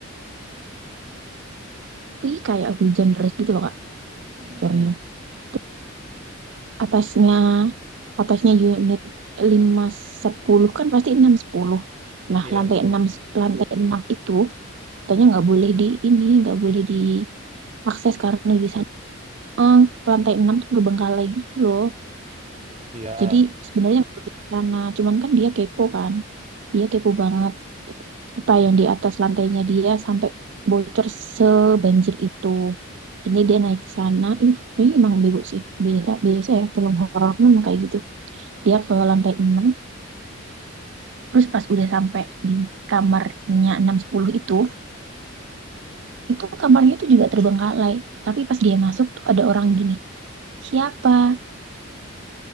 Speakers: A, on the right (about 60°); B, on the right (about 30°).
A: Tapi kayak hujan deras gitu loh, Kak,
B: Hmm,
A: keluarnya. Terus atasnya, atasnya unit lima sepuluh kan pasti enam sepuluh. Nah,
B: Iya.
A: lantai enam lantai 6 itu, katanya nggak boleh di ini, nggak boleh diakses karena di eh, lantai 6 tuh terbengkalai gitu loh.
B: Iya.
A: Jadi sebenarnya nggak boleh ke sana, cuman kan dia kepo kan. Dia kepo banget apa yang di atas lantainya dia sampai bocor sebanjir itu. Jadi dia naik ke sana, ih, ini emang bego sih. Biasa, biasa ya, film horor tuh memang kayak gitu. Dia ke lantai enam terus pas udah sampai di kamarnya enam sepuluh itu, itu kamarnya tuh juga terbengkalai. Tapi pas dia masuk tuh ada orang gini, siapa?